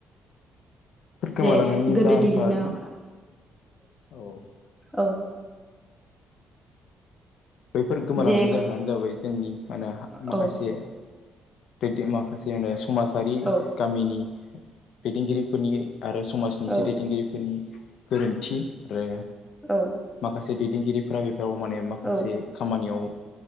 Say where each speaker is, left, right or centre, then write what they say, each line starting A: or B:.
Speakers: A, on the left; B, in the centre.
A: गोमालांनायनि
B: जे गोदोनि
A: जाहोनफोरा
B: दिनाव
A: औ
B: औ
A: बैफोर गोमालांनाय
B: जे
A: जाहोनानो जाबाय जोंनि मा होनो माखासे
B: औ
A: <unintelligible> माखासे होनो समाजारि
B: औ
A: गामिनि दैदेनगिरिफोरनि आरो समाजनि इसे
B: औ
A: दैदेनगिरिफोरनि गोरोन्थि आरो
B: औ
A: माखासे दैदेनगिरिफोरा बेफोराव माने माखासे
B: औ
A: खामानियाव